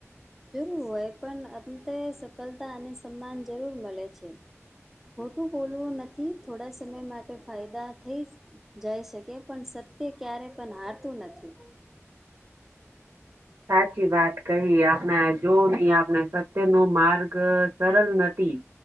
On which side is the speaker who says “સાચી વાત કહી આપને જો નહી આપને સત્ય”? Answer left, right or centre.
Right